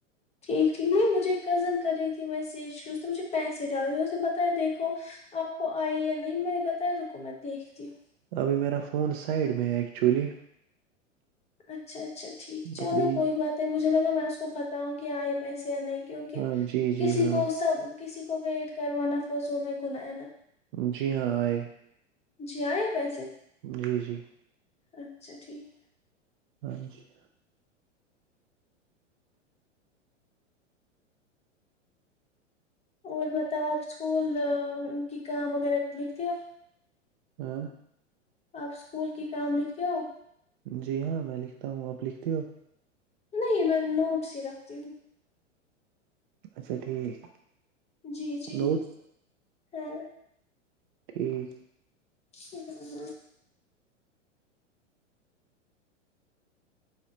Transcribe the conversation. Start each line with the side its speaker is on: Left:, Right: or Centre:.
Left: ٹھیک ٹھیک نہیں مجھے ایک کزن کر رہی تھی میسج اس نے مجھے پیسے ڈالے اس نے بتایا دیکھو آپ کو آئے یا نہیں میں نے بتایا رکو میں دیکھتی ہوں
Right: ابھی میرا فون سائڈ میں ہے ایکچولی
Left: اچھا اچ اچھا ٹھیک
Right: تو
Left: چلو
Right: پلیز
Left: کوئی بات نہیں مجھے لگا میں اس کو بتاؤں گی آئے پیسے نہیں کیونکہ
Right: ہاں جی
Left: کسی
Right: جی ہاں
Left: کو سب کسی کو ویٹ کروانا فوضو میں گنا ہے نا
Right: جی ہاں آئے
Left: جی آئے پیسے
Right: جی جی
Left: اچھا ٹھیک
Right: تھینکیو
Left: اور بتاؤ آپ اسکول کی کام وغیرہ لکھتے ہو آ
Right: ہاں
Left: آپ اسکول کی کام لکھتے ہو
Right: جی ہاں میں لکھتا ہوں اب لکھتی ہو
Left: نہیں میں نوٹس ہی رکھتی ہوں
Right: اچھا ٹھیک
Left: جی جی
Right: نوٹس
Left: ہاں
Right: ٹھیک ہے
Left: ہ ہاں